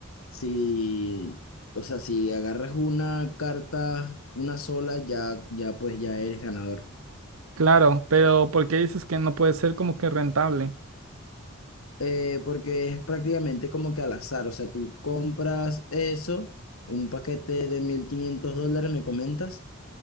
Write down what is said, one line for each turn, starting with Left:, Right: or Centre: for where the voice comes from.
Left: si, o sea, si agarras una carta, una sola, ya, ya pues ya eres ganador.
Right: claro, pero ¿por qué dices que no puede ser como que rentable?
Left: Eh, porque es prácticamente como que al azar, o sea, tú compras eso, un paquete de 1500 dólares, me comentas,